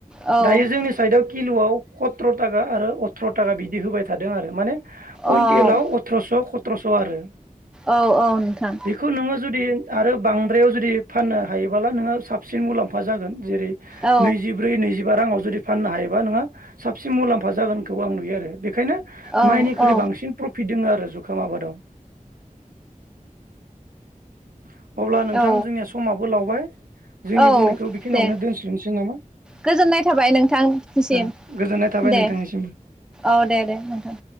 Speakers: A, in the centre; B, on the right (about 85°).
A: औ
B: दायो जोंनि साइदआव खि किल'आव खथ्र' थाखा आरो अथ्र' थाखा बिदि होबाय थादों आरो माने। कुइन्टेलाव
A: औ
B: अथ्र'स' ख अथ्र'स' आरो
A: औ औ नोंथां
B: बेखौ नोङो जुदि आरो बांद्रायाव जुदि फाननो हायोब्लाला नोङो साबसिन मुलाम्फा जागोन। जेरै
A: औ
B: नैजिब्रै नैजि राङाव जुदि फाननो हायोबा नोंङहा साबसिन मुलाम्फा जागोनखौ आं नुयो आरो बेखायनो
A: औ
B: माइनिख्रुइ
A: औ
B: बांसिन प्रफिट दङ। आरो जुखाम आबादाव <inaudible> अब्ला नोंथां
A: औ
B: जोंनिया समाबो लावबाय जोंनि
A: औ
B: बुंनायखौ बेखिनियावनो
A: दे
B: दोनस्ल'नोसै नामा
A: गोजोननाय थाबाय नोंथांसिम
B: ओ गोजोननाय थाबाय
A: दे
B: नोंथांनिसिम
A: औ दे दे नोंथां